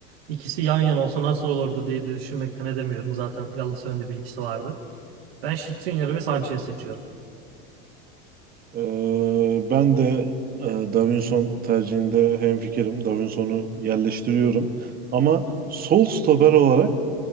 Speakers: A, on the right; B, on the right.
A: İkisi yan yana olsa nasıl olurdu diye de düşünmekten edemiyorum. Zaten Galatasaray'ın da bilgisi vardı. Ben Skriniar'ı ve Sanchez'i seçiyorum.
B: Ee, ben de e, Davinson tercihinde hemfikirim. Davinson'u yerleştiriyorum. Ama sol stoper olarak